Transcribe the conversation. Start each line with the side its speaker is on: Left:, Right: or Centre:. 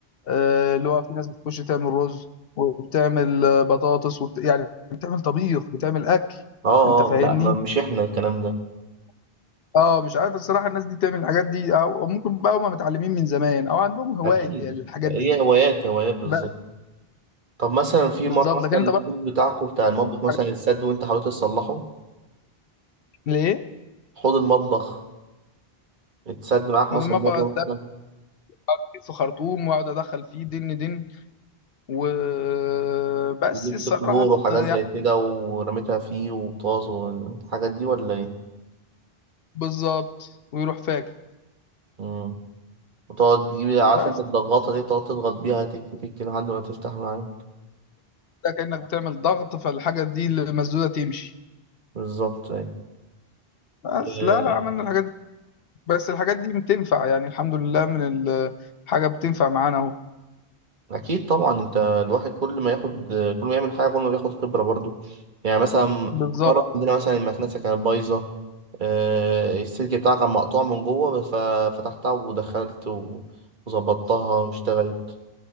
Left: آه، اللي هو في ناس بتخش تعمل رز وبتعمل آه، بطاطس وبت... يعني بتعمل طبيخ بتعمل اكل
Right: أه
Left: انت فاهمني
Right: آه، لا ما- مش إحنا الكلام ده
Left: اه مش عارف الصراحه الناس دي تعمل الحاجات دي او أو ممكن بقى هم متعلمين من زمان او عندهم هوايه
Right: أكيد
Left: للحاجات
Right: هي
Left: دي
Right: هوايات هوايات بالظبط
Left: بس-
Right: طب مثلا في
Left: بالظبط
Right: مرة
Left: لكن
Right: مثلا
Left: انت
Right: الحوض
Left: بقى
Right: بتاعكم بتاع المطبخ مثلا
Left: حاجات
Right: اتسد وأنت حاولت تصلحه
Left: ليه؟
Right: حوض المطبخ اتسد معاك
Left: أول
Right: مثلا
Left: ما
Right: مرة
Left: بقعد
Right: مثلا
Left: أركز في خرطوم وأقعد أدخل فيه دن دن وبس
Right: وجبت
Left: الصراحة
Right: كلور وحاجات
Left: يعني
Right: زي كده ورميتها فيه وطاس والحاجات دي ولا إيه؟
Left: بالظبط ويروح فاكر
Right: مم. وتقعد تجيب عارف
Left: بس
Right: انت الضغطة دي تقعد تضغط بيها تك تك لحد ما تفتح معاك
Left: ده كأنك بتعمل ضغط فالحاجة دي المسدودة تمشي
Right: بالظبط اهي
Left: بس
Right: آه،
Left: لا لا عملنا الحاجات دي بس الحاجات دي بتنفع يعني الحمد لله من ال- حاجة بتنفع معانا اهو
Right: أكيد طبعا أنت الواحد كل ما ياخد كل ما يعمل حاجة كل ما بياخد خبرة برضو يعني مثلا
Left: بالظبط
Right: مرة عندنا مثلا المكنسة كانت بايظة آه، السلك بتاعها كان مقطوع من جوه بس ف- فتحتها ودخلت و- وظبطتها واشتغلت